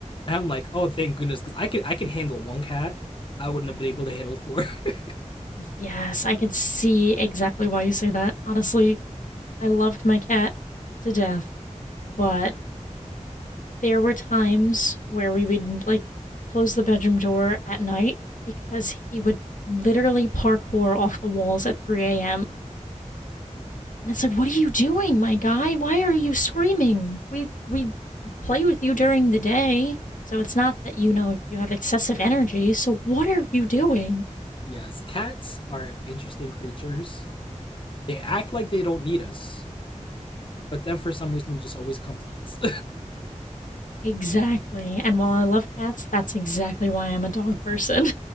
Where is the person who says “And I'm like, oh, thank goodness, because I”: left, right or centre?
Left